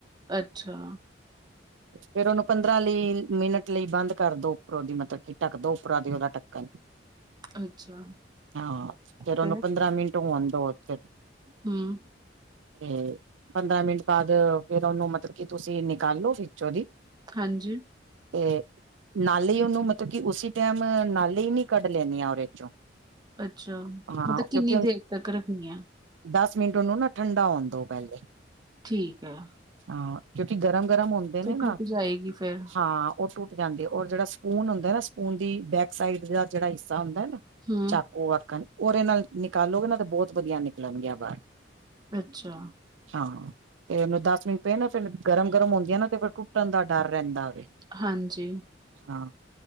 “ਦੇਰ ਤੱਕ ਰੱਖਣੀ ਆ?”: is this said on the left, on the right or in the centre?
Right